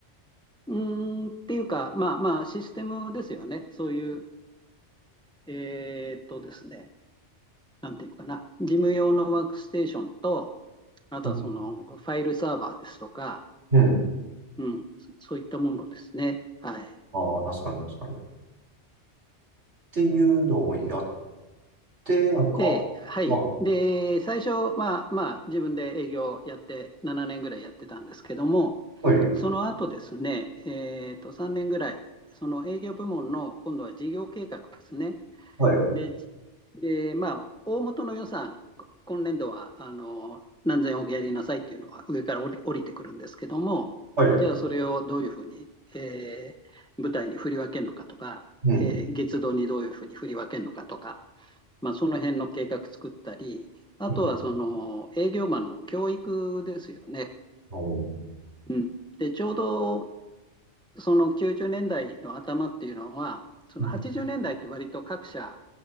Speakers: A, in the centre; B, on the right.
A: うーん、っていうか、まあまあ、システムですよね。そういう、えーっとですね、なんていうかな、事務用のワークステーションと、あとはそのファイルサーバーですとか、
B: うんうん。
A: うん、そそういったものですね。はい。
B: ああ、確かに確かに。っていうのをやって、なんか、
A: で、はい。
B: あ、
A: で、最初、まあまあ、自分で営業やって、7年ぐらいやってたんですけども、
B: はい、
A: その後ですね、えーと、3年ぐらい、その営業部門の今度は事業計画ですね。
B: はい、
A: で、でまあ、大元の予算、今年度はあの何千億やりなさいっていうのは上から降り降りてくるんですけども、
B: はい。
A: じゃあそれをどういうふうに、えー、舞台に振り分けるのかとか、
B: うん。
A: えー月度にどういうふうに振り分けるのかとか、まあ、その辺の計画作ったり、あとはその営業マンの教育ですよね。
B: うん。おー
A: うん、でちょうどその90年代の頭っていうのは、その80年代って割と各社
B: うん